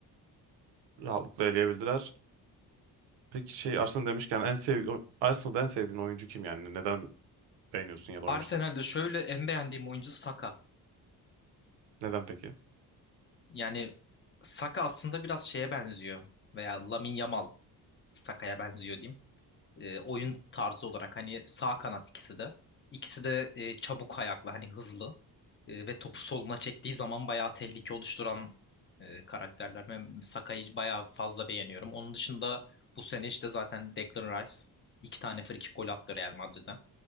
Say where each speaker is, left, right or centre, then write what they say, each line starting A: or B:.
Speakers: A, on the right (about 85°); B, on the left (about 30°).
A: rahatlıkla eleyebildiler. Peki şey Arsenal demişken en sev Arsenal'da en sevdiğin oyuncu kim yani? Neden beğeniyorsun ya da oyuncu
B: Arsenal'de
A: da?
B: şöyle en beğendiğim oyuncu Saka.
A: Neden peki?
B: Yani Saka aslında biraz şeye benziyor veya Lamine Yamal Saka'ya benziyor diyeyim. Ee, oyun tarzı olarak hani sağ kanat ikisi de. İkisi de e, çabuk ayaklı hani hızlı. E, ve topu soluna çektiği zaman bayağı tehlike oluşturan e, karakterler. Ben Sakai'yi bayağı fazla beğeniyorum. Onun dışında bu sene işte zaten Declan Rice iki tane frikik gol attı Real Madrid'den.